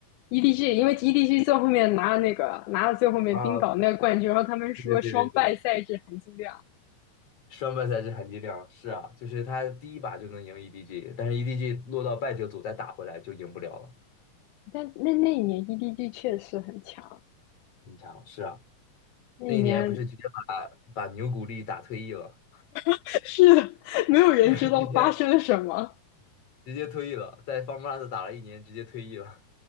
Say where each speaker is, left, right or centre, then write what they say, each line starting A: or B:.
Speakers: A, on the left; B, on the left.
A: ？EDG，因为 EDG 最后面拿了那个拿了最后面冰岛那个冠军，
B: 啊，
A: 然后他们说双败赛制含金量，
B: 对对对对对，双败赛制含金量是啊，就是他第一把就能赢 EDG，但是 EDG 落到败者组再打回来就赢不了了。
A: 但那那一年 EDG 确实很强，
B: 你想是啊，
A: 那一年
B: 那一年不是直接把把牛古力打退役了，
A: <laughs> 是的，没有人知道发生了什么。
B: <laughs> 对，直接直接退役了，在 FunPlus 打了一年，直接退役了。